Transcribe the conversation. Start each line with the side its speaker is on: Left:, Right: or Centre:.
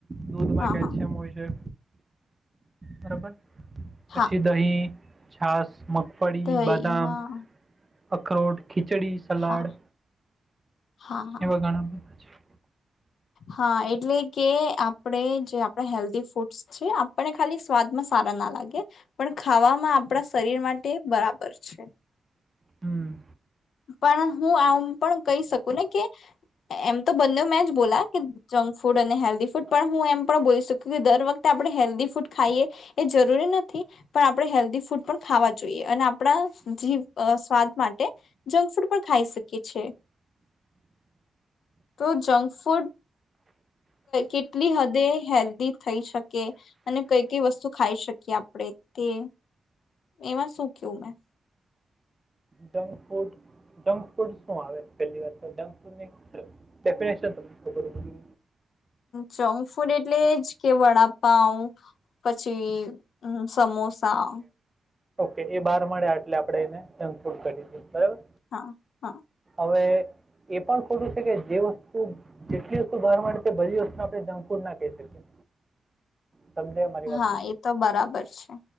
Right: દૂધમાં
Left: હા
Right: કેલ્શિયમ
Left: હા
Right: હોય છે. બરાબર. પછી
Left: હા
Right: દહીં. છાસ મગફળી
Left: દહી
Right: બાદામ.
Left: હા
Right: અખરોટ. ખીચડી સલાડ
Left: હા હા હા
Right: એવા ઘણા બધા છે.
Left: હા એટલે કે આપડે જે આપણે હેલ્ધ ફૂડ ફૂડ છે આપને ખાલી સ્વાદમાં સારા ના લાગે પણ ખાવામાં આપણા શરીર માટે બરાબર છે.
Right: હમ.
Left: પણ હું આમ પણ કહી શકું ને કે. એમ તો બંને મેચ બોલા કે. જંક ફૂડ અને હેલ્ધી ફૂડ પણ હું એમ પણ બોલી શક કે દર વખતે આપણે હેલ્ધી ફૂડ ખાઈએ એ જરૂરી નથી પણ આપણે હેલ્ધી ફૂડ પણ ખાવા જોઈએ અને આપણા જીવ સ્વાદ માટે. જંક ફૂડ પણ ખાઈ શકી છે તો જંક ફૂડ કેટલી હદે હેલ્ધી થઈ શકે અને કઈ કઈ વસ્તુ ખાઈ શકીએ આપણે તે એમાં શું કેવું મેં.
Right: જક ફૂડ જક ફૂડ શું આવે પેલી વાર તો જંક ફૂડની ડેફિનેશન તમને ખબર હો જો.
Left: જંક ફૂડ એટલે જ કે વડાપઉ. પછી હમ. સમોસા.
Right: કે એ બહાર મળ્યા એટલે આપડે એને. ત ફડ ક બરાબર.
Left: હા હા.
Right: હવે એ પણ ખોટું છે કે જે વસ્તુ જેટલી વસ્તુ બહાર માંડે છે બધી વસ્તુ આપણે જંક ફૂડ ના કહી શકીએ. સમજાય મારી વાત
Left: હા એ તો બરાબર છે..